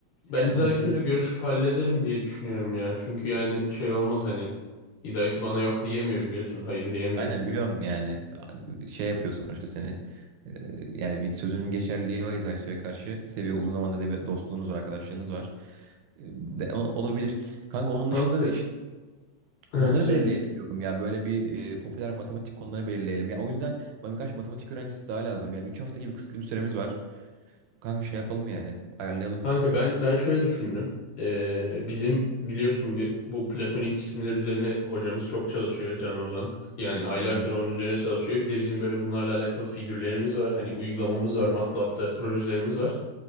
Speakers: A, on the left; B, on the right.
A: ben
B: yani
A: İzaysu
B: konuşabilir.
A: ile görüşüp hallederim diye düşünüyorum ya. Çünkü yani şey olmaz hani İzaysu bana yok diyemiyor biliyorsun. Hayır diyemiyor.
B: Aynen biliyorum yani şey yapıyorsun işte seni. Ee, Yani bir sözünün geçerliliği var İzaysu'ya karşı. Seviyor uzun zamandır da bir dostluğunuz var, arkadaşlığınız var. Ee, de- o- olabilir. Kanka onun
A: Kanka
B: dışında da
A: Ha,
B: Konuları
A: söyle.
B: belirleyelim diyorum ya. Böyle bir e, popüler matematik konularını belirleyelim. Ya o yüzden bana birkaç matematik öğrencisi daha lazım. Ya 3 hafta gibi kısıtlı bir süremiz var. Kanka şey yapalım yani. Ayarlayalım.
A: Kanka ben ben şöyle düşündüm. Ee, bizim biliyorsun bir, bu platonik cisimler üzerine hocamız çok çalışıyor Can Ozan. Yani aylardır
B: Hı hı.
A: onun üzerine çalışıyor. Bir de bizim böyle bunlarla alakalı figürlerimiz var. Hani uygulamamız var. MATLAB'da projelerimiz var.